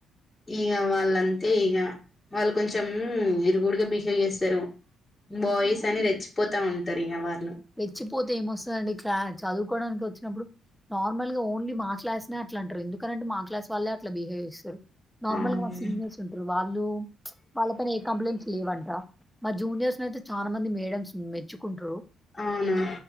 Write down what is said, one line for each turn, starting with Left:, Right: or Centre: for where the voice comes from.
Left: ఇక వాళ్ళంతే ఇగా వాళ్ళు కొంచెం ఇరుగుడుగా బిహేవ్ చేస్తారు బాయ్స్ అని రెచ్చిపోతా ఉంట తరి వా
Centre: వెచ్చిపోతే ఏమొస్తుందండి క్లారి చదువుకోవడానికి వచ్చినప్పుడు నార్మల్ గా ఓన్లీ మా క్లాస్ న అట్లా అంటారు ఎందుకనింటే మా క్లాస్ వాళ్లే అట్లా బిహేవ్ చేస్తారు నార్మల్
Left: అవును
Centre: గా మాన సింగర్స్ ఉంటారు వాళ్ళు వాళ్ళ పైన ఏ కంప్లైంట్స్ లీవంట మా జూనియర్స్ ని అయితే చాలా మంది మేడమ్స్ మెచ్చుకుంటారు
Left: అవునా